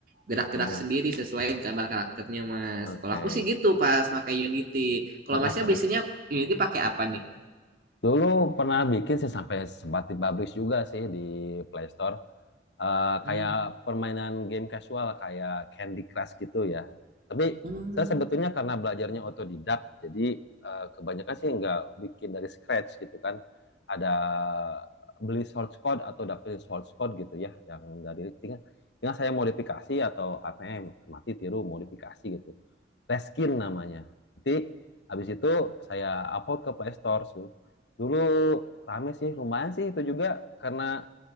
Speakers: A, on the right (about 50°); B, on the left (about 70°).
A: gerak-gerak
B: Mm.
A: sendiri sesuai gambar karakternya mas
B: Oke.
A: kalau aku sih gitu pas pakai Unity kalau
B: Ah, ah,
A: masnya biasanya
B: ah.
A: Unity pakai apa nih
B: Dulu pernah bikin sih sampai sempat dipublish juga sih di Play Store. Eh,
A: hmm.
B: kayak permainan game casual kayak Candy Crush gitu ya. Tapi
A: Hmm.
B: saya sebetulnya karena belajarnya otodidak, jadi eh, kebanyakan sih nggak bikin dari scratch gitu kan. Ada beli source code atau dapetin source code gitu ya, yang dari tinggal, tinggal saya modifikasi atau ATM mati tiru modifikasi gitu. Reskin namanya. Nanti habis itu saya upload ke Play Store. Su. Dulu rame sih, lumayan sih itu juga karena